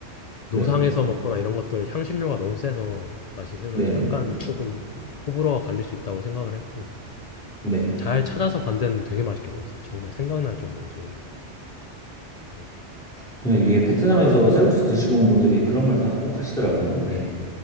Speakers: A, on the left; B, in the centre.
A: 노상에서
B: 네.
A: 먹거나 이런 것들은 향신료가 너무 세서 맛이 세서
B: 네네.
A: 약간 조금 호불호가 갈릴 수 있다고 생각을 했고
B: 네.
A: 잘 찾아서 간 데는 되게 맛있게 먹었어요. 정말 생각날 정도로 지금도. 네.
B: 근데 이게 베트남에서 쌀국수 드시고 온 분들이 그런 말씀 꼭 하시더라고요.
A: 네.
B: 이게